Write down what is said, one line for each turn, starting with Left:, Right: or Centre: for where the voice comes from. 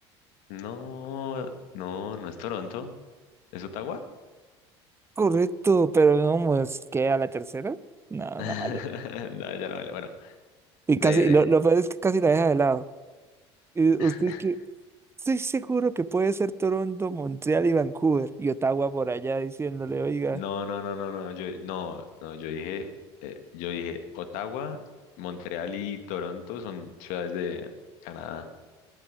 Left: No, no, no es Toronto, ¿es Ottawa?
Right: Correcto, pero no, pues, ¿qué? ¿A la tercera? No,
Left: <laughs>
Right: no vale.
Left: No, ya no vale. Bueno,
Right: Y
Left: breve,
Right: casi, lo, lo peor es que casi la deja de lado. ¿Y
Left: breve.
Right: usted qué? Estoy seguro que puede ser Toronto, Montreal y Vancouver. Y Ottawa por allá diciéndole, oiga,
Left: No, no, no, no, no, yo, no, no, yo dije, eh, yo dije, Ottawa, Montreal y Toronto son ciudades de Canadá,